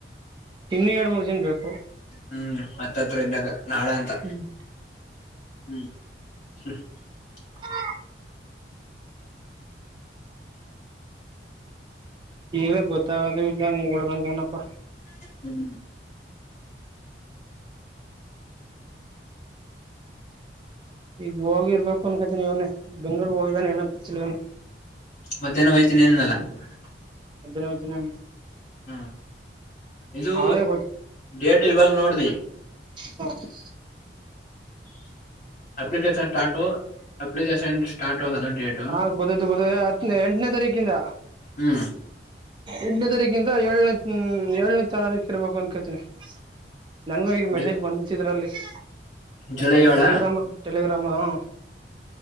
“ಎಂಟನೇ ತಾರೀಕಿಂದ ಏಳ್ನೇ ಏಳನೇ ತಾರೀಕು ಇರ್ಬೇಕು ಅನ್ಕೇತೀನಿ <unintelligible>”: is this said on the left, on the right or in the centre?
Right